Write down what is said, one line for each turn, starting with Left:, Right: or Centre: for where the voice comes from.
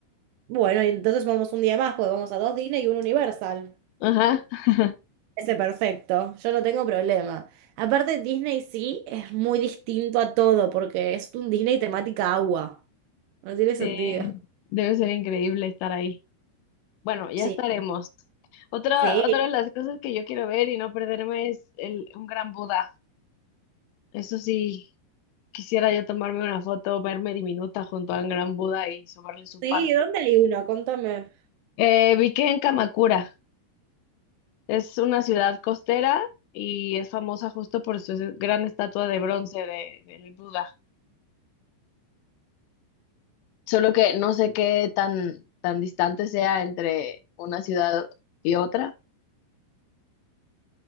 Right: Bueno, entonces vamos un día más, pues vamos a dos Disney y un Universal.
Left: Ajá. <laughs>
Right: Ese perfecto, yo no tengo problema. Aparte, Disney sí es muy distinto a todo, porque es un Disney temática agua. No tiene sentido.
Left: Eh, debe ser increíble estar ahí. Bueno, ya
Right: Sí,
Left: estaremos. Otra,
Right: sí,
Left: otra de las cosas que yo quiero ver y no perderme es el, un gran Buda. Eso sí. Quisiera yo tomarme una foto, verme diminuta junto a un gran Buda y sobarle su
Right: sí,
Left: pan.
Right: ¿dónde hay uno? Contame.
Left: Eh, vi que en Kamakura es una ciudad costera y es famosa justo por su gran estatua de bronce de, del Buda. Solo que no sé qué tan, tan distante sea entre una ciudad y otra.